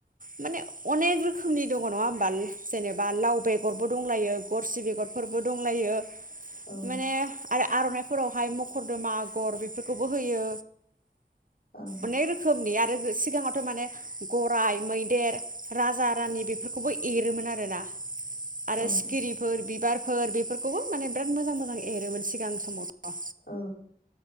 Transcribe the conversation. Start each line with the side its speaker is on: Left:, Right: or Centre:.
Right: माने अनेक रोखोमनि दं दङ' नङा होमबा जेनेबा लाव बेगरबो दंलायो गरसि बेगरफोरबो दंलायो
Left: औ
Right: माने आरो आर'नाइफोरावहाय मखरदोमा आगर बेफोरखौबो होयो।
Left: ओं
Right: अनेक रोखोमनि आरो सिगाङावथ' माने गराय, मैदेर, राजा, रानि बेफोरखौबो एरोमोन आरो ना। आरो
Left: ओं
Right: सिखिरिफोर बिबार फोर बेफोरखौबो माने बिराद मोजां मोजां एरोमोन सिगां समावथ'।
Left: औ